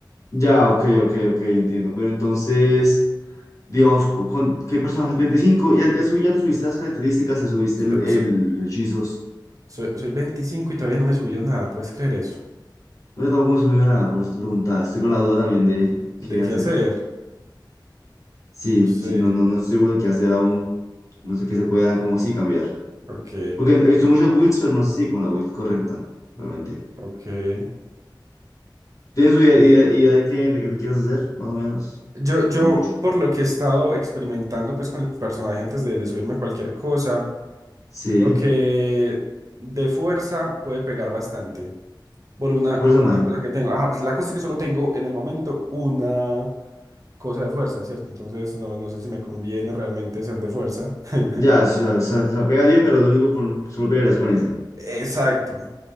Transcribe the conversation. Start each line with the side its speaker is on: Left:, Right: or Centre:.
Left: Ya, ok, ok, ok, entiendo. Pero entonces, digamos, co- ¿con, qué personaje? ¿25? ya, ya, subí- ya te subiste las características, te subiste
Right: So-
Left: el, el-
Right: so-
Left: los hechizos.
Right: soy, soy 25 y todavía no me he subido nada, ¿puedes creer eso?
Left: No, yo tampoco me he subido a nada, por si te preguntas. Estoy con la duda también de
Right: ¿De
Left: qué
Right: qué
Left: hacer.
Right: hacer?
Left: Sí,
Right: No sé.
Left: sí, no, no, no estoy seguro de qué hacer aún. No sé qué se pueda, como sí, cambiar.
Right: Ok,
Left: Porque he visto muchas builds, pero no sé si como la build correcta, realmente.
Right: ok.
Left: ¿Tienes una idea, idea, idea de qué, de qué te quieres hacer, más o menos?
Right: Yo, yo,
Left: O no mucho.
Right: por lo que he estado experimentando pues con el personaje antes de, de subirme a cualquier cosa,
Left: Sí,
Right: creo que de fuerza puede pegar bastante. Por una,
Left: personaje.
Right: por una cosa que tengo. Ah, pues la cosa es que solo tengo en el momento una cosa de fuerza, ¿cierto? Entonces no, no sé si me conviene realmente ser de fuerza. <laughs>
Left: Ya, o sea, o sea, o sea, pega bien, pero lo único con, solo pegarías con ese.
Right: Exacto,